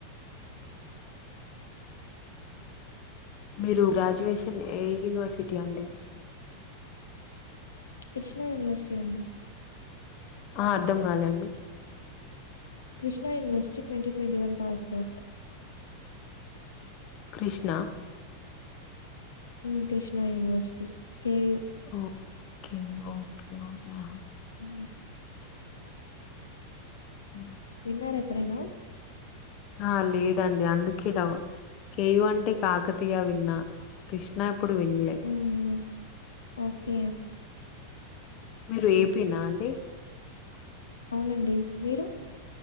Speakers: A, on the left (about 40°); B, on the left (about 70°).
A: మీరు గ్రాడ్యుయేషన్ ఏ యూనివర్సిటీ అండి
B: కృష్ణా యూనివర్సిటీ అండి
A: ఆ అర్ధం కాలేండి
B: Krishna university twenty twenty one passed out
A: Krishna
B: ఊ Krishna university KU
A: okay okay okay ఆహ
B: ఊ
A: ఊ
B: విన్నారా ఎప్పుడైనా
A: ఆ లేదండి అందుకే ఈడ కేయు అంటే కాకతీయ విన్నా కృష్ణ ఎప్పుడు వినలే
B: ఉమ్ ఓకే
A: మీరు
B: ఉమ్
A: ఏపీ నా అండి
B: అవునండి మీరు